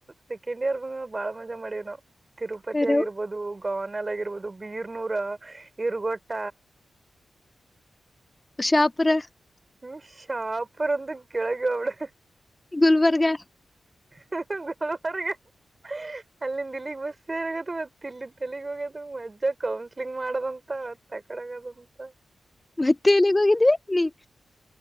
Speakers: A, on the right; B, on the left.
A: ಸೆಕೆಂಡ್ ಇಯರ್ ಬಾಳ ಮಜಾ ಮಾಡೇನ್ನ ತಿರುಪತಿ
B: ಕರೆವ್.
A: ಆಗಿರ್ಬೋದು. ಪಾವನ್ ಅಲ್ ಆಗಿರ್ಬೋದು ಬೀರ್ನೂರ ಇರ್ಗೊಟ್ಟ
B: <unintelligible>
A: ಹ್ಮ ಶಾಪರ್ಂದು ಕೆಳಗೆ ಅವ್ಳೆ
B: ಗುಲ್ಬರ್ಗಾ
A: ಹಾ ಹಾ <unintelligible> ಅಲ್ಲಿಂದ ದಿಲ್ಲಿಗ್ ಬಸ್ಸ <unintelligible> ಮತ್ತ ಇಲ್ಲಿಂದ್ ಹೋಗದು ಮದ್ಯ ಕೌನ್ಸಲಿಂಗ್ ಮಾಡದ್ ತ <unintelligible> ಅಂತ
B: ಮತ್ತೆ ಎಲ್ಲಿಗ್ ಹೋಗಿದ್ರಿ ನೀ